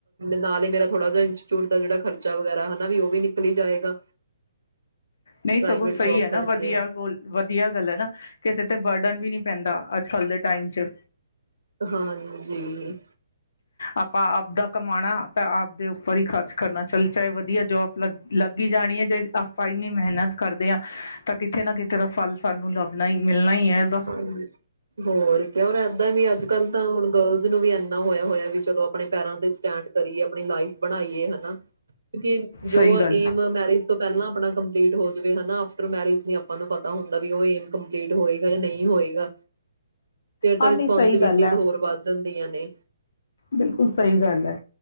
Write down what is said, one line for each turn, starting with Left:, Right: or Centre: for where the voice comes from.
Right: ਨਾਲ ਹੀ ਮੇਰਾ ਥੋੜਾ ਜਿਹਾ ਇੰਸਟੀਚਿਊਟ ਦਾ ਜੜਾ ਖਰਚਾ ਵਗੈਰਾ ਨਾ ਉਹ ਵੀ ਨਿਕਲੀ ਜਾਏਗਾ।
Left: ਨਹੀਂ
Right: ਪ੍ਰਾਈਵੇਟ
Left: ਸਗੋਂ ਸਹੀ
Right: ਜੋਬ
Left: ਹੈ ਨਾ
Right: ਕਰਕੇ
Left: ਵਧੀਆ ਗੋਲ ਵਧੀਆ ਗੱਲ ਹੈ ਨਾ ਅਤੇ ਬਰਡਨ ਵੀ ਨਹੀਂ ਪੈਂਦਾ ਅੱਜ ਕੱਲ੍ਹ ਦੇ ਟਾਈਮ ਚ
Right: ਹਾਂਜੀ।
Left: ਆਪਾਂ ਆਪਦਾ ਕਮਾਣਾ ਤਾਂ ਆਪਦੇ ਉੱਪਰ ਹੀ ਖਰਚ ਕਰਨਾ ਚੱਲ ਚਾਹੇ ਵਧੀਆ ਜੋਬ ਲੱਗ ਲੱਗ ਹੀ ਜਾਣੀ ਹੈ ਜੇ ਆਪਾਂ ਇੰਨੀ ਮਿਹਨਤ ਕਰਦੇ ਹਾਂ ਤਾਂ ਕਿਤੇ ਨਾ ਕਿਤੇ ਦਾ ਫਲ ਸਾਨੂੰ ਲੱਭਣਾ ਹੀ ਮਿਲਣਾ ਹੀ ਹੈ। ਇਹਦਾ
Right: ਹਾਂਜੀ ਹੋਰ ਕ ਰ ਇਏਦਾਂ ਵੀ ਅੱਜ ਕੱਲ ਤਾਂ ਹੁਣ ਗਰਲਜ਼ ਨੂੰ ਵੀ ਹੋਇਆ ਹੋਇਆ ਵੀ ਚਲੋ ਆਪਣੇ ਪੈਰਾਂ ਤੇ ਸਟੈਂਡ ਕਰੀਏ ਆਪਣੀ। ਬਣਾਈਏ ਹਨਾ ਕਿਉਕਿ ਜੋ
Left: ਸਹੀ ਗੱਲ
Right: ਏਮ ਮੈਰਿਜ ਤੋਂ ਪਹਿਲਾਂ ਆਪਣਾ ਕੰ ਹੋ ਜਾਵੇ ਹਨਾ ਆਫਟਰ ਮੈਰਿਜ ਨ ਆਪਾਂ ਨੂੰ ਪਤਾ ਹੁੰਦਾ ਵੀ ਉਹ ਏਮ ਕੰਪਲੀਟ। ਨਹੀਂ ਹੋਏਗਾ ਫਿਰ ਤਾਂ
Left: ਹਾਂ
Right: ਰਿਸਪੋਂਸੀਬਿਲਟੀ
Left: ਨਹੀਂ ਸਹੀ ਗੱਲ ਹੈ
Right: ਹੋਰ ਵੱਧ ਜਾਣ। ਦੀਆਂ ਨੇ।
Left: ਬਿਲਕੁਲ ਸਹੀ ਗੱਲ ਹੈ